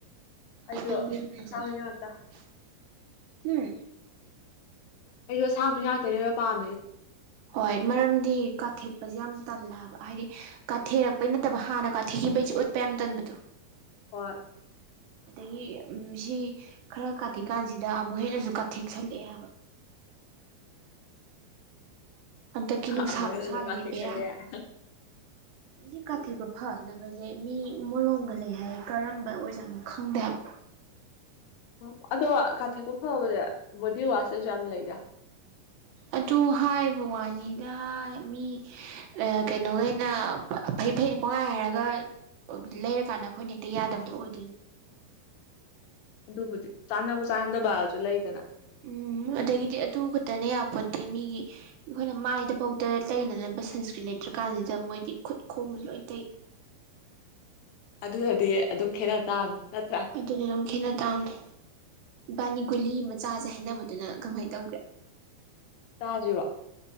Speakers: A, on the left; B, on the right.
A: ꯑꯩꯁꯨ
B: ꯑꯁꯦꯡꯕ ꯌꯥꯝ ꯐꯖꯗꯦ
A: ꯑꯁꯥꯡꯕꯤ
B: ꯍꯝ
A: ꯉꯥꯛꯇ ꯑꯩꯖꯨ ꯑꯁꯥꯡꯕꯤ ꯉꯥꯛꯇꯅꯦꯕ ꯄꯥꯝꯃꯤꯖꯦ
B: ꯍꯣꯏ ꯃꯔꯝꯗꯤ ꯀꯥꯊꯦꯛꯄꯁꯦ ꯌꯥꯝ ꯇꯜꯂꯦꯕ ꯍꯥꯏꯗꯤ ꯀꯥꯊꯦꯔꯛꯄꯩ ꯅꯠꯇꯕ ꯍꯥꯟꯅ ꯀꯥꯊꯦꯛꯈꯤꯕꯩꯁꯦ ꯎꯠꯄ ꯌꯥꯝ ꯇꯟꯕꯗꯣ
A: ꯍꯣꯏ
B: <unintelligible> <inaudible> ꯑꯗꯒꯤ ꯎ ꯁꯤ ꯈꯔ ꯀꯥꯊꯦꯛꯀꯥꯟꯁꯤꯗ ꯑꯃꯨꯛ ꯍꯦꯟꯅꯁꯨ ꯀꯥꯊꯦꯛꯁꯜꯂꯛꯑꯦ ꯍꯥꯏꯕ ꯍꯟꯗꯛꯀꯤ ꯅꯨꯡꯁꯥ
A: ꯑꯃꯨꯛ
B: ꯈꯨꯁꯥꯁꯤꯗꯤ
A: ꯍꯦꯟꯅꯁꯨ ꯀꯥꯊꯦꯛꯆꯜꯂꯦ
B: ꯕꯦꯔꯥꯅꯤ
A: ꯌꯥꯔꯦ
B: ꯍꯧꯖꯤꯛ ꯀꯥꯊꯦꯛꯄ ꯐꯅꯕꯖꯦ ꯃꯤ ꯃꯣꯂꯣꯝꯒ ꯂꯩ ꯍꯥꯏꯌꯦ ꯀꯔꯝꯕ ꯑꯣꯖꯥꯠꯅꯣ ꯈꯪꯗꯦ ꯍꯥꯏꯕ
A: ꯑꯣ ꯑꯗꯣ ꯀꯥꯊꯦꯛꯄ ꯐꯕꯖꯦ ꯕꯣꯗꯤ ꯋꯥꯁꯇꯁꯨ ꯌꯥꯝ ꯂꯩꯗ
B: ꯑꯗꯨ ꯍꯥꯏꯕ ꯋꯥꯅꯤꯗ ꯃꯤ ꯑ ꯀꯩꯅꯣꯒꯩꯅ ꯐ ꯐꯩ ꯐꯩꯅ ꯄꯨꯡꯍꯥꯏ ꯍꯥꯏꯔꯒ ꯑꯣꯛ ꯂꯩꯔꯀꯥꯟꯗ ꯑꯩꯈꯣꯏꯅ ꯍꯦꯛꯇ ꯌꯥꯗꯕꯗꯣ ꯑꯣꯏꯗꯣꯏꯅꯤ
A: ꯑꯗꯨꯕꯨꯗꯤ ꯆꯥꯟꯅꯕ ꯆꯥꯟꯅꯗꯕꯖꯨ ꯂꯩꯗꯅ
B: ꯎꯝ ꯑꯗꯒꯤꯗꯤ ꯑꯗꯨ ꯈꯛꯇꯅ ꯌꯥꯝ ꯄꯣꯟꯇꯦ ꯃꯤꯒꯤ ꯑꯩꯈꯣꯏꯅ ꯃꯥꯏꯗꯐꯥꯎꯗ ꯇꯩ ꯇꯩꯅꯅꯕ ꯁꯟꯁꯀ꯭ꯔꯤꯟ ꯂꯩꯇ꯭ꯔꯀꯥꯟꯁꯤꯗ ꯃꯣꯏꯗꯤ ꯈꯨꯠ ꯈꯣꯡꯗ ꯂꯣꯏꯅ ꯇꯩ
A: ꯑꯗꯨꯅꯗꯤ ꯑꯗꯨꯝ ꯈꯦꯠꯅ ꯇꯥꯕꯅꯦ ꯅꯠꯇ꯭ꯔꯥ
B: ꯑꯗꯨꯅ ꯑꯗꯨꯝ ꯈꯦꯠꯅ ꯇꯥꯝꯅꯦ ꯏꯕꯥꯅꯤ ꯒꯨꯂꯤ ꯑꯃ ꯆꯥꯁꯦ ꯍꯥꯏꯅꯕꯗꯨꯅ ꯀꯃꯥꯏꯅ ꯇꯧꯒ꯭ꯔꯦ
A: ꯆꯥ ꯖꯤꯔꯣ